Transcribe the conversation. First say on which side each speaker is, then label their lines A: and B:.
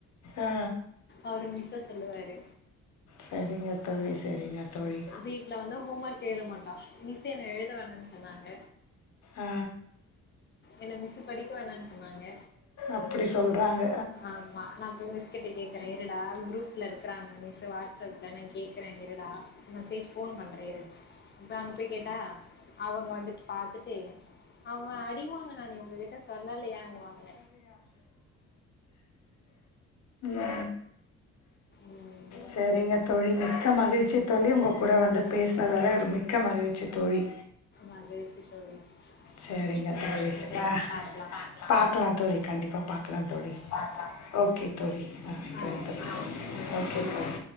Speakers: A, on the left; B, on the left.
A: ஆ,
B: அவரு மிஸ் சொல்லுவாரு
A: சரிங்க தோழி சரிங்க தோழி
B: வீட்டுல வந்து ஹோம் ஒர்க் எழுத மாட்டான் மிஸ் என்ன எழுத வேணுன்னு சொன்னாங்க
A: ஆ,
B: என்ன மிஸ்சு படிக்க வேணன்னனு சொன்னாங்க
A: அப்படி சொல்கிறாங்க
B: ஆமா நான் போய் மிஸ்கெட்ட கேக்குறேன் இருடா குரூப் ல இருக்கிறாங்க மிஸ் வாட்ஸ்அப்ல நான் கேக்கிறங்கெ டா மெசேஜ் போன் பண்றேன்இரு இப்ப அங்க போய் கேட்டா அவங்க வந்துட்டு பாத்துட்டு அவ அடிவாங் நான உங்ககிட்ட சோ சொல்லையாங்குவாங்க
A: ஊ
B: ம்
A: செரிங்க தோழி நீ மிக்க மகிழ்ச்சி தோழி உங்க கூட வந்து
B: ஆ
A: பேசுனதுல மிக்க மகிழ்ச்சி தோழி
B: மகிழ்ச்சி தோழி
A: செரிங்க
B: சந்தோஷம்
A: தோழி
B: நெக்ஸ்ட்டு
A: ஆ
B: பாக்லா
A: பாக்லா தோழி கண்டிப்பா பாக்கலா தோழி ஓகே தோழி நா வக்கிறேங்க
B: ஆ ஓகே
A: தோழி
B: ம்
A: ஓகே
B: பாய்
A: தோழி